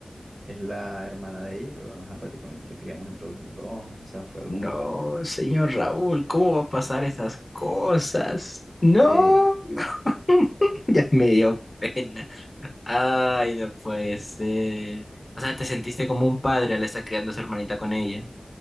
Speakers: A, on the right (about 45°); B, on the left (about 30°).
A: es la hermana de ella, pero ajá, prácticamente la criamos entre los dos. O sea, fue algo
B: No,
A: muy bonito.
B: señor Raúl, ¿cómo va a pasar esas cosas? No,
A: Sí,
B: <laughs> ya me dio pena. Ay, no puede ser. O sea, te sentiste como un padre al estar criando a su hermanita con ella.